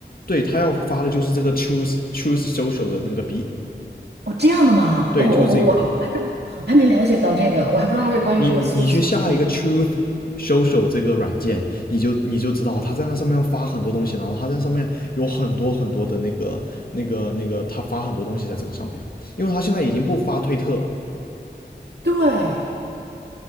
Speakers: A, on the left; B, on the right.
A: 对，他要发的就是这个 choose choose social 的那个币，
B: 哦，这样的吗？
A: 对，
B: 哦哦，
A: 就是这个。
B: 我还我还没了解到这个，我还不知道他是关于这个粗俗这个。
A: 你你你去下一个 Truth Social 这个软件，你就你就知道他在那上面发很多东西，然后他在上面有很多很多的那个那个那个，他发很多东西在这个上面，因为他现在已经不发推特了，
B: 对，